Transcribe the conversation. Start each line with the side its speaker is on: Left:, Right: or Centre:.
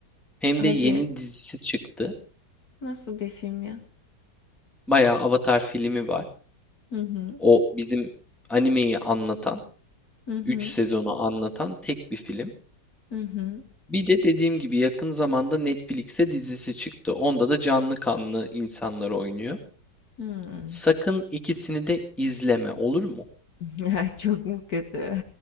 Centre: Hem
Left: Hadi
Centre: de yeni
Left: ya.
Centre: dizisi çıktı.
Left: nasıl bir film ya?
Centre: Bayağı Avatar filmi var.
Left: Hı hı
Centre: O bizim animeyi anlatan,
Left: hı hı
Centre: 3 sezonu anlatan tek bir film.
Left: hı hı.
Centre: Bir de dediğim gibi yakın zamanda Netflix'e dizisi çıktı. Onda da canlı kanlı insanlar oynuyor.
Left: Hmm.
Centre: Sakın ikisini de izleme, olur mu?
Left: <laughs> Ya çok mu kötü?